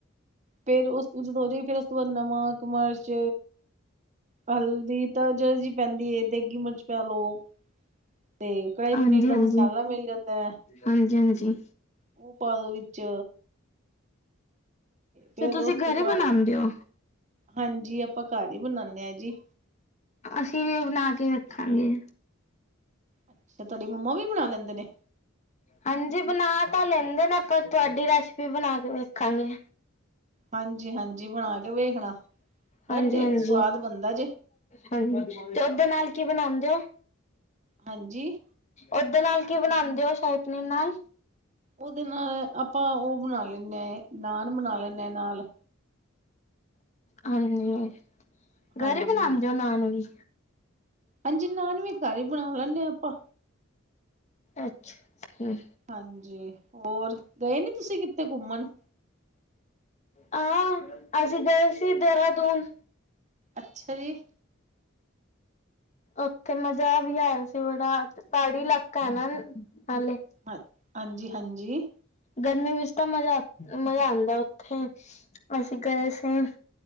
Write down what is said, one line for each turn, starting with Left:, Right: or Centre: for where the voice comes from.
Right: ਫੇਰ ਉਸ ਤੋਂ, ਜਦੋਂ ਹੋ ਜਾਏਗੀ, ਫੇਰ ਉਸ ਤੋਂ ਬਾਅਦ ਨਮਕ, ਮਰਚ ਹਲਦੀ ਤਾਂ ਜਰਾ ਜੀ ਪੈਂਦੀ ਹੈ, ਦੇਗੀ ਮਿਰਚ ਪਾ ਲਓ। ਤੇ ਕੜਾਹੀ
Left: ਹਾਂਜੀ-ਹਾਂਜੀ।
Right: ਪਨੀਰ ਦਾ ਮਸਾਲਾ ਮਿਲ ਜਾਂਦਾ ਐ।
Left: ਹਾਂਜੀ-ਹਾਂਜੀ,
Right: ਉਹ ਪਾਦੋ ਵਿੱਚ। ਫੇਰ
Left: ਤੇ ਤੁਸੀਂ
Right: ਉਸ
Left: ਘਰੇ
Right: ਤੋਂ ਬਾਅਦ
Left: ਬਣਾਉਦੇ ਹੋ?
Right: ਹਾਂਜੀ, ਆਪਾਂ ਘਰ ਹੀ ਬਣਾਨੇ ਆ ਜੀ।
Left: ਅਸੀਂ ਵੀ ਉਹ ਬਣਾ ਕੇ ਰੱਖਾਂਗੇ।
Right: ਅੱਛਾ, ਤੁਹਾਡੀ ਮੰਮਾ ਵੀ ਬਣਾ ਲੈਂਦੇ ਨੇ?
Left: ਹਾਂਜੀ, ਬਣਾ ਤਾਂ ਲੈਂਦੇ ਨੇ, ਆਪਾਂ ਤੁਹਾਡੀ ਰੈਸਪੀ ਬਣਾ ਕੇ ਵੇਖਾਂਗੇ।
Right: ਹਾਂਜੀ ਹਾਂਜੀ ਬਣਾ ਕੇ ਵੇਖਣਾ ਬੜਾ
Left: ਹਾਂਜੀ ਹਾਂਜੀ।
Right: ਸਵਾਦ ਬਣਦਾ ਜੇ
Left: ਹਾਂਜੀ, ਤੇ ਓਦੇ ਨਾਲ ਕੀ
Right: ਹਾਂ
Left: ਬਣਾਨਦੇ ਓ
Right: ਹਾਂਜੀ
Left: ਓਹਦੇ ਨਾਲ ਕੀ ਬਣਾਉਂਦੇ ਹੋ, ਸ਼ਾਹੀ ਪਨੀਰ ਨਾਲ?
Right: ਓਦੇ ਨਾ ਆਪਾਂ ਓ ਬਣਾ ਲੇਨੇ, ਨਾਨ ਬਣਾ ਲੇਨੇ ਐ ਨਾਲ।
Left: ਹਾਂਜੀ, ਗਰੇ
Right: ਹਾਂਜੀ
Left: ਬਣਾਂਦੇ ਓ ਨਾਨ ਵੀ?
Right: ਹਾਂਜੀ, ਨਾਨ ਵੀ ਘਰ ਈ ਬਣਾ ਲੇਨੇ ਆ ਆਪਾਂ।
Left: ਅੱਛ ਅੱਛਾ।
Right: ਹਾਂਜੀ, ਹੋਰ। ਗਏ ਨੀ ਤੁਸੀ ਕਿੱਤੇ ਘੁੰਮਣ?
Left: ਆ, ਅਸੀ ਗਏ ਸੀ ਦੇਰਾਦੂਨ।
Right: ਅੱਛਾ ਜੀ।
Left: ਓਥੇ ਮਜਾ ਵੀ ਆਏਆ ਸੀ ਬੜਾ, ਪਾੜੀ ਲਾਕਾ ਐ ਨਾ ਨਾਲੇ।
Right: ਅ ਹਾਂਜੀ ਹਾਂਜੀ।
Left: ਗਰਮੀ ਵਿੱਚ ਤਾਂ ਮਜਾ ਮਜਾ ਆਂਦਾ ਓਥੇ, ਅਸੀ
Right: ਹਾਂਜੀ
Left: ਗਏ ਸੀ।